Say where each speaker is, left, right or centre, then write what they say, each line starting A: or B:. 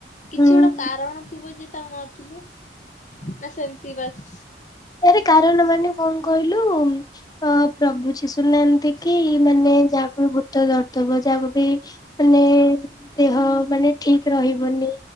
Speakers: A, on the left; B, on the left.
A: କିଛି
B: ହୁଁ
A: ଗୋଟେ କାରଣ ଥିବ ଯେ ତାକୁ ମା ଥିଲେ ନା ସେମିତି ବାସ୍।
B: ଆରେ କାରଣ ମାନେ କଣ କହିଲୁ? ଅ ପ୍ରଭୁ ଯିଶୁ ନାହାନ୍ତି କି ମାନେ ଯାହାକୁ ବି ଭୂତ ଧରୁଥିବ ଯାହାକୁ ବି ମାନେ ଦେହ ମାନେ ଠିକ୍ ରହିବନି।